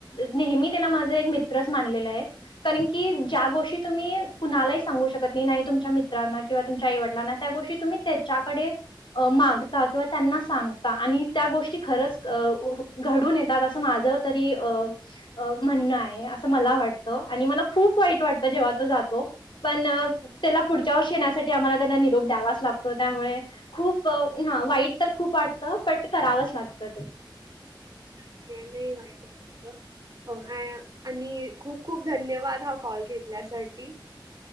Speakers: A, on the left (about 75°); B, on the right (about 50°).
A: नेहमी त्याला माझा एक मित्रच मानलेला आहे. कारण की ज्या गोष्टी तुम्ही कुणालाही सांगू शकत नाही तुमच्या मित्रांना किंवा तुमच्या आईवडलांना त्या गोष्टी तुम्ही त्याच्याकडे, मागता किंवा त्यांना सांगता आणि त्या गोष्टी खरंच अ घडून येतात, अस माझ तरी अ म्हणणं आहे असं मला वाटत. आणि मला खूप वाईट वाटत जेव्हा तो जातो.. पण त्याला पुढच्या वर्षी येण्यासाठी आम्हाला त्यांना निरोप द्यावाच लागतो त्यामुळे खूप हा वाईट तर खूप वाटतं बट करावंच लागतं ते.
B: मला सगळ्यांनाही वाईट असत अ आणि खूप खूप धन्यवाद हा कॉल घेतल्यासाठी.